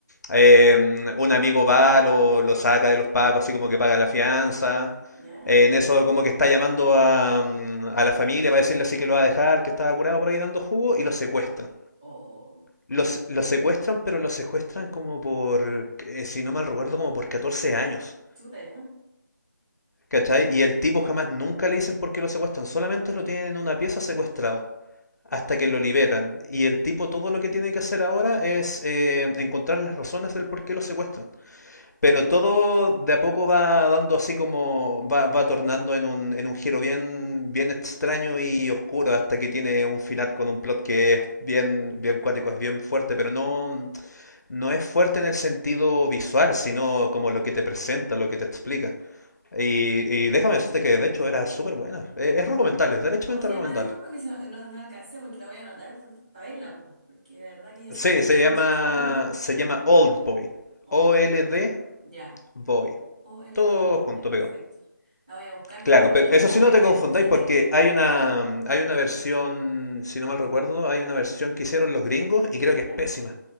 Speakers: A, on the left; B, on the right.
A: Eh, un amigo va, lo, lo saca de los pacos, así como que paga la fianza.
B: ¿Ya?
A: Eh, en eso, como que está llamando a, mm, a la familia para decirle así que lo va a dejar, que estaba curado por ahí dando jugo, y lo secuestran.
B: ¿Ya? Oh,
A: Los, los secuestran, pero los secuestran como por, eh, si no mal recuerdo, como por 14 años.
B: chuta, ¿ya?
A: ¿Cachai? Y el tipo jamás nunca le dicen por qué lo secuestran, solamente lo tienen en una pieza secuestrado hasta
B: ¿Ya?
A: que lo liberan. Y el tipo todo lo que tiene que hacer ahora es eh, encontrar las razones del por qué lo secuestran. Pero
B: Oh,
A: todo de a poco va dando así como, va, va tornando en un, en un giro bien, bien extraño y oscuro hasta que tiene un final con un plot que es bien, bien cuático, es bien fuerte, pero no, no es fuerte en el sentido visual, sino como lo que te presenta, lo que te explica.
B: oh.
A: Y, y déjame decirte que de hecho era súper buena. Es, es recomendable, es derechamente
B: ¿Cómo se llama?
A: recomendable.
B: Disculpa que se- no, no alcancé porque la voy a anotar para verla, po, porque de verdad que yo
A: Sí,
B: cine coreano
A: se llama,
B: soy súper nula.
A: se llama Old Boy.
B: Old
A: O-L-D
B: Boy, ya.
A: Boy.
B: OLD
A: Todo
B: Boy,
A: junto,
B: ya, perfecto.
A: pegado.
B: La voy a buscar. ¿Dónde,
A: Claro, pero
B: dónde
A: eso
B: la
A: sí
B: voy
A: no te confundáis
B: a ver? Si es
A: porque
B: que,
A: hay una, hay una versión, si no mal recuerdo, hay una versión que hicieron los gringos y creo que es
B: ¿ya?
A: pésima.